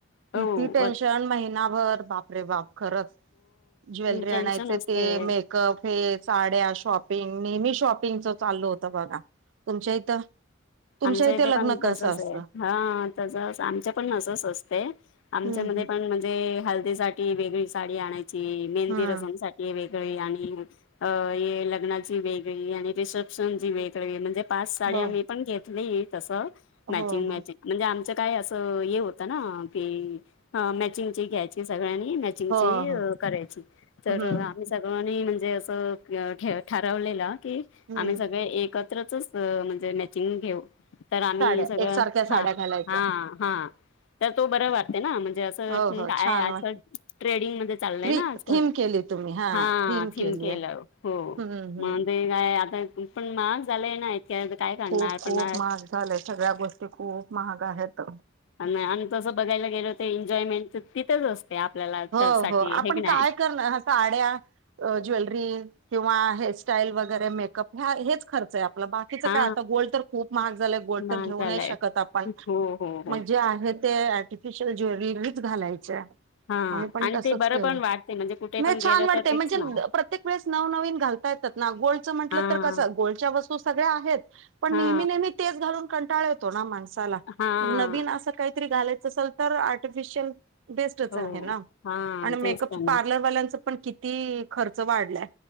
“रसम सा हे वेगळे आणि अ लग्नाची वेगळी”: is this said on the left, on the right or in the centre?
Left